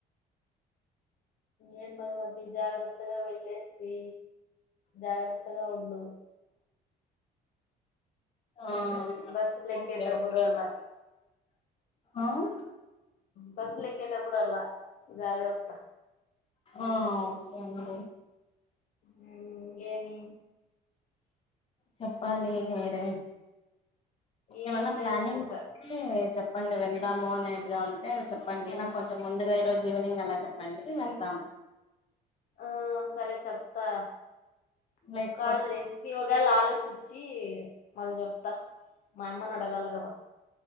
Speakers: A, on the left; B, on the left.
A: ఏన్ మద మధ జాగ్రత్తగా వెళ్ళసీ జాగ్రత్తగా ఉండు
B: ఆహ్
A: బస్సులు ఎక్కేటప్పుడు
B: ఓకే ఓకే
A: అలా
B: ఆహ్
A: బస్సులెక్కేటప్పుడు అట్లా జాగ్రత్త.
B: ఆఁ ఆ ఓకే అండి.
A: మ్మ్ ఇంగేమి
B: చెప్పాలి మీరే ఏమన్నా
A: ఏం లేదు
B: ప్లనింగ్
A: ఇంకా
B: ఉంటే చెప్ చెప్పండి వెళ్దాము అనేదిగా ఉంటే చెప్పండి నాకు కొంచెం ముందుగా ఈ రోజు ఈవినింగ్ అన్న చెప్పండి వెళ్దాం.
A: ఆ సరే చెప్తా
B: లేకపోతే
A: కాల్ చేసి ఒకవేళ ఆలోచిచి చ్చి మళ్ళ్ చెప్త మా అమ్మన్ అడగాలి కదా.